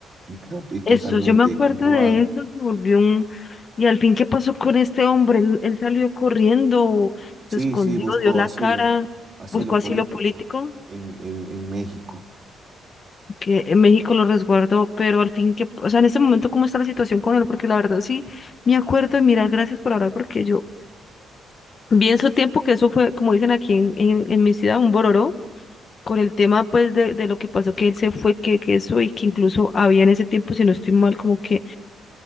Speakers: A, on the right; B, on the left.
A: y, creo, y totalmente
B: Eso, yo me acuerdo
A: comprobado.
B: de eso, se volvió un... Y al fin, ¿qué pasó con este hombre? Él, él salió corriendo,
A: Sí,
B: se escondió,
A: sí, buscó
B: dio la
A: asilo,
B: cara,
A: asilo
B: buscó asilo
A: político
B: político.
A: en, en, en México.
B: que México lo resguardó, pero al fin que, o sea, en este momento, ¿cómo está la situación con él? Porque la verdad sí, me acuerdo, y mira, gracias por hablar, porque yo vi en su tiempo que eso fue, como dicen aquí en, en, en mi ciudad, un bororó, con el tema pues de, de lo que pasó, que él se fue, que, que eso, y que incluso había en ese tiempo, si no estoy mal, como que